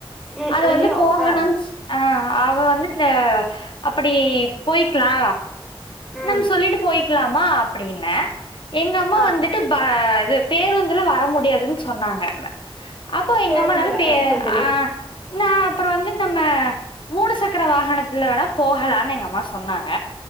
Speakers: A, in the centre; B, on the left.
A: ம்
B: அது
A: ஐயோ
B: வந்து போகணுச்
A: ஆ
B: ஆ அவ வந்துட் அ அப்பிடி போய்க்லா
A: ம்
B: நம் சொல்லிட்டு போய்க்லாமா அப்டின்னே எங்க அம்மா
A: ஆ
B: வந்துட்டு ப இது பேருந்துல வர முடியாதுன்‌ சொன்னாங்க ம அப்போ எங்க
A: பேருந்துல
B: அம்மானால பே
A: ஆ சேரி சேரி
B: ஆ நா அப்றோ வந்து நம்ம மூனு சக்கர வாகனத்துல வேணா போகலானு எங்க அம்மா சொன்னாங்க